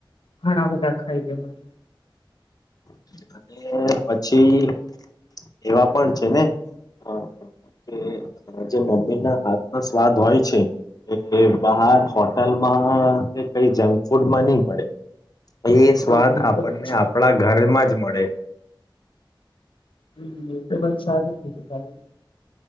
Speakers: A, on the left (about 80°); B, on the left (about 45°).
A: ઘણા બધા ખાઈ જવા
B: <unintelligible> અને પછી એવા પણ છે ને અ અ, જે મમ્મી ના હાથમાં સ્વાદ હોય છે. બહાર હોટલમાં કે કઈ જંક ફૂડમાં નહી મળે એ સ્વાદ
A: હા હા એ
B: આપણને
A: તો છે
B: આપણા ઘરમાં જ મળે.
A: હમ એ તો પણ સારુંું ભાઈ.